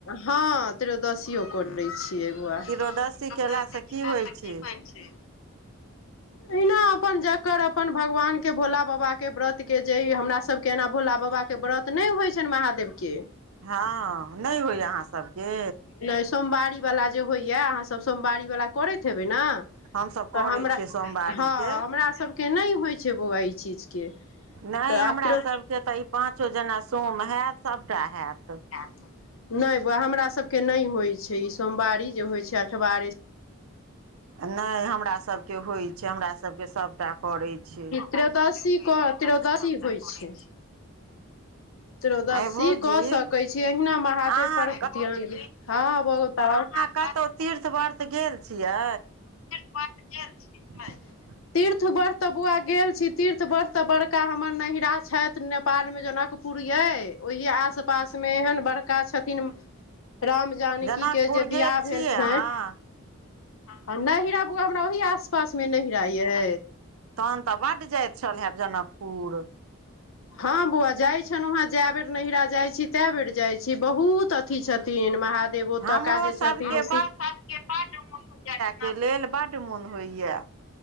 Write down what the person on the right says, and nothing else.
कीरोदस्ती
कयलासँ
की होइ
छै
हां नै होय यै अहाँ सबके।
हमसभ करै
छियै सोमवारीके
नहि
हमरा
सभके तऽ ई पाँचो जेना सोम हैत सभटा हैत
नै हमरा सबके होय छै, हमरा सबके सबटा करै छै।
आँय भौजी
अहाँ
कतो तीर्थ-वर्त गेल छियै?
<unintelligible>
जनकपुर
गेल
छियै
अहाँ
तहन तऽ बड्ड जाएत छल हेब जनकपुर।
हमरो
सभके
के लेल बड्ड मुन होय यै।